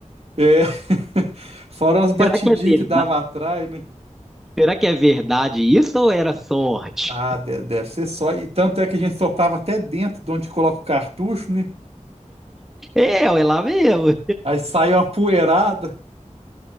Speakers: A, on the right; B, in the centre.
A: É. <laughs> Fora umas batidinhas
B: Será que é verdade?
A: que dava atrás, né?
B: Será que é verdade isso ou era sorte?
A: Ah, de- deve ser só. E tanto é que a gente soprava até dentro de onde coloca o cartucho, né?
B: É, é lá mesmo.
A: Aí saiu uma poeirada.